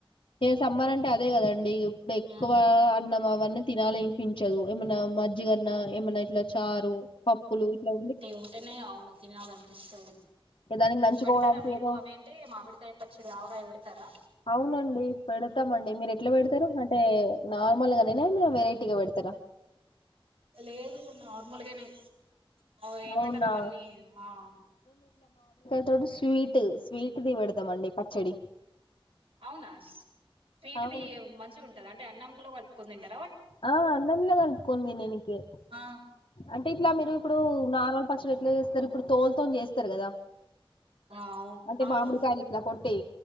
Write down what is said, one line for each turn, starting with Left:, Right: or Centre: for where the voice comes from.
Left: ఏ సమ్మర్ అంటే అదే కదండి అండే బెకువ
Right: ఉమ్
Left: అన్నం అవన్నీ తినాలి వినిపించదు ఏమన్నా మజ్జిగన్నా ఏమన్నా ఇట్లా చారు పప్పులు ఇట్లా
Right: ఉంటేనేయి అవును తినాలనిపిస్తది
Left: ఏ దానికి నంచుకోవడానికి
Right: పెడతారా మీరు
Left: ఏదో
Right: అవేంటి మామిడికాయ పచ్చడి ఆవకాయ పెడతారా
Left: అవునండి పెడతామండి మీరు ఎట్లా పెడతారు అంటే నార్మల్గా వెరైటీగా పెడుతార
Right: లేదు నార్మల్గానే అవు ఏమంటారు
Left: అవునా
Right: అవన్నీ ఆ
Left: డు స్వీట్ స్వీట్ది పెడదాంమండి పచ్చడి
Right: అవునా స్వీట్
Left: అవును
Right: ది మంచిగా ఉంటదండి అన్నమ్ంలో కలుపుకొని తింట
Left: ఆ అన్నంలా కలుపుకుంది నేనికి
Right: ఆ
Left: అంటే ఇట్లా మీరు ఇప్పుడు నార్మల్ పచ్చడి ఎట్లా చేస్త ఇప్పుడుతోల్ మొత్త చేస్తారు కదా
Right: అవును
Left: అంటే
Right: అవును
Left: మామిడికాయలు ఇట్లా కొట్టి